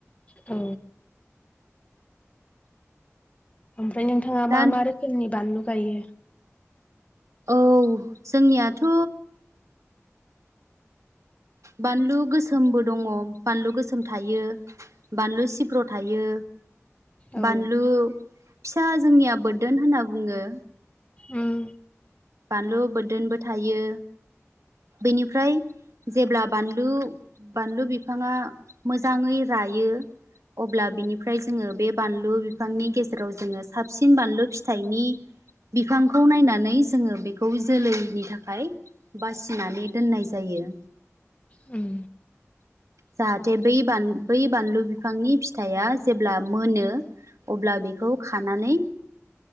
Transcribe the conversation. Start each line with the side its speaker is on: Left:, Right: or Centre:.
Left: औ। ओमफ्राय नोंथाङा
Right: दा
Left: मा मा रोखोमनि बानलु गायो?
Right: औ जोंनियाथ' बानलु गोसोमबो दङ बानलु गोसोम थायो। बानलु सिब्र' थायो।
Left: औ
Right: बानलु फिसा जोंनिया बोददोन होनना बुङो।
Left: उम
Right: बानलु बोरदोनबो थायो बेनिफ्राय जेब्ला बानलु बानलु बिफाङा मोजाङै रायो। अब्ला बिनिफ्राय जोङो बे बानलु बिफांनि गेजेराव जोङो साबसिन बानलु फिथाइनि बिफांखौ नायनानै जोङो बेखौ जोलैनि थाखाय बासिनानै दोननाय जायो।
Left: उम
Right: जाहाथे बै बान बै बानलु बिफांनि फिथाइआ जेब्ला मोनो अब्ला बेखौ खानानै